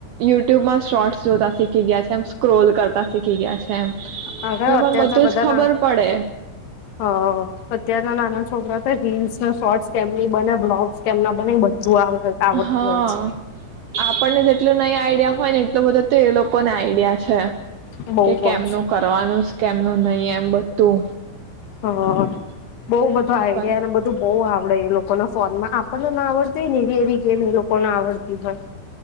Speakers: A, on the right; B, on the left.
A: યુટ્યુબમાં શોર્ટ્સ જોતા શીખી ગયા છે. તેમ સ્ક્રોલ કરતા શીખી ગયા છે એમ
B: હા
A: લોકોને
B: અત્યાર
A: બધું
B: તો બધા
A: જ ખબર
B: ના
A: પડે
B: હ અત્યારના નાનો છોકરા રીલ્સ શોર્ટ કેમની બને બ્લોગસ કેમના બને બધું આવડ આવડતું
A: હા
B: હોય છે.
A: આપણને જે એટલું નઈ આઈડિયા હોય ને એટલું બધું તો એ લોકો ને આઈડિયા છે
B: બહુ
A: કે કેમનું
B: જ
A: કરવાનું કેમનું નહીિ એમ બધું
B: હ બહ બધું
A: તો
B: આઈડિયા
A: પણ
B: ને બધું બહ આવડે એ લોકો ફોનમાં આપણને ના આવડ એવી એવી ગેમ એ લોકોને આવડ એ ભાઈ